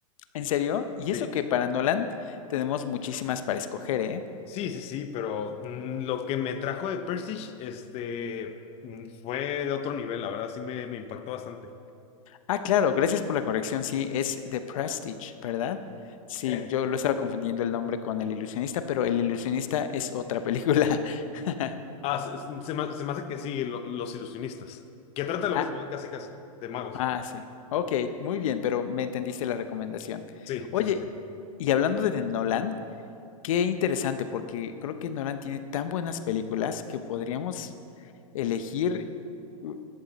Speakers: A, on the left (about 65°); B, on the left (about 30°).
A: ¿En serio? Y
B: Sí.
A: eso que para Nolan tenemos muchísimas para escoger, ¿eh?
B: Sí, sí, sí, pero mm, lo que me trajo de Prestige, este, mm, fue de otro nivel, la verdad, sí me, me impactó bastante.
A: Ah, claro, gracias por la corrección. Sí, es The Prestige, ¿verdad? Sí,
B: Eh.
A: yo lo estaba confundiendo el nombre con El Ilusionista, pero El Ilusionista es otra película. <laughs>
B: Ah, se, se me, se me hace que sí, lo- los ilusionistas. Que trata lo
A: Ah,
B: mismo, ¿no? casi, casi, de magos.
A: ah, sí. Ok, muy bien, pero me entendiste la recomendación.
B: Sí,
A: Oye,
B: sí, sí.
A: y hablando de Nolan, qué interesante, porque creo que Nolan tiene tan buenas películas que podríamos elegir uh,